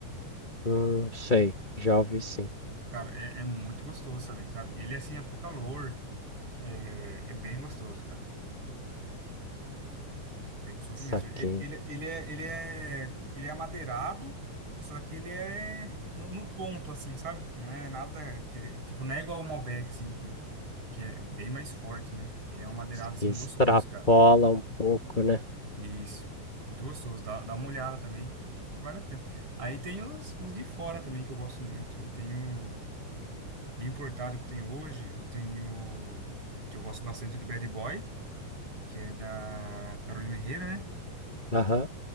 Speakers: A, on the left; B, on the right.
A: Hum, sei, já ouvi sim.
B: Cara, é, é muito gostoso também, sabe? Ele assim é pro calor. É, é bem gostoso, cara. Bem gostoso
A: Saquei.
B: mesmo. E- Ele, ele é, ele é, ele é amadeirado, só que ele é no, no ponto, assim, sabe? Não é nada aquele, tipo, não é igual o Malbec, assim, que, que é bem mais forte, né? Ele é um amadeirado
A: Isso aqui
B: assim,
A: extrapola
B: gostoso, cara.
A: um pouco, né?
B: Isso, muito gostoso. Dá, dá uma olhada também, que, que vale a pena. Aí tem os, os de fora também, que eu gosto muito. Eu tenho, de importado que eu tenho hoje, eu tenho, que eu gosto bastante do Bad Boy, que é da Carolina Herrera, né?
A: Aham,